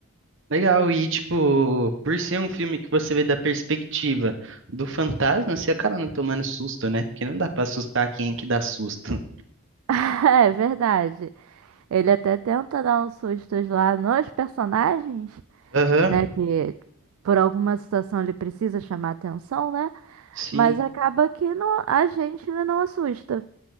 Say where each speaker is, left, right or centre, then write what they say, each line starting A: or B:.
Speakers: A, on the right (about 55°); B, on the right (about 70°).
A: Legal, e tipo, por ser um filme que você vê da perspectiva do fantasma, você acaba não tomando susto, né? Porque não dá pra assustar quem que dá susto.
B: <laughs> É verdade. Ele até tenta dar uns sustos lá nos personagens,
A: Aham,
B: né? Que por alguma situação ele precisa chamar atenção, né?
A: Sim.
B: Mas acaba que não- a gente ele não assusta,